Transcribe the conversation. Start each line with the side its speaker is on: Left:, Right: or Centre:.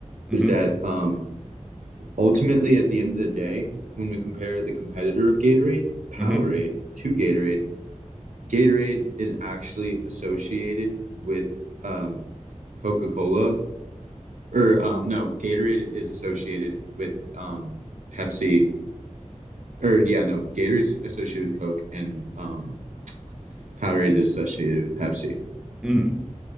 Centre: Mm-hmm.
Right: is that um ultimately at the end of the day, when we compare the competitor of Gatorade, Powerade
Centre: Mm-hmm.
Right: to Gatorade, Gatorade is actually associated with um, Coca Cola, or
Centre: hmm
Right: um, no, Gatorade is associated with um, Pepsi, or yeah, no, Gatorade's associated with Coke, and um, Powerade is associated with Pepsi.
Centre: Mm.